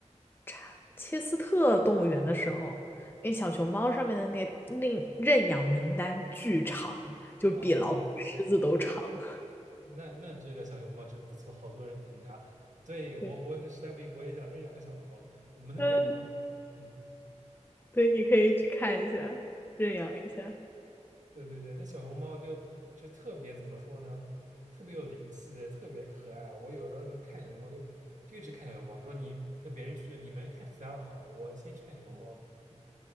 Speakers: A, on the left (about 15°); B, on the right (about 80°).
A: 查切斯特动物园的时候，
B: 嗯嗯，
A: 那小熊猫上面的那个领认养名单巨长，就比老虎、
B: 哦，
A: 狮子都长。<laughs>
B: 那那这个小熊猫真不错，好多人疼它。对，我我实在不行我也想认养个小熊猫，
A: 对，
B: 我们那边好
A: 嗯，
B: 嗯。
A: 对，你可以去看一下，认养一下。
B: 对对对，那小熊猫就就特别怎么说呢？特别有灵气，特别可爱。我有时候能看小熊猫就，就一直看小熊猫，说你跟别人去，就你们看其他的好了，我先去看小熊猫了。嗯